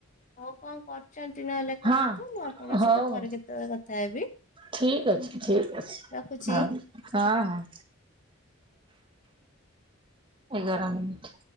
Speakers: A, on the left (about 35°); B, on the right (about 25°).
A: ହଉ କଣ କର। ଛନ୍ତି ନହେଲେ କରନ୍ତୁ
B: ହଁ
A: ମୁଁ ଆପଣଙ୍କ
B: ହଉ ହଉ।
A: ସହିତ ପରେ କେତେବେଳେ କଥା ହେବି।
B: ଠିକ ଅଛି କିଛ
A: ହଉ
B: ଆସ
A: ରଖୁଛି।
B: ହଁ। ହଁ ହଁ ଏଗାର ମିନିଟ୍।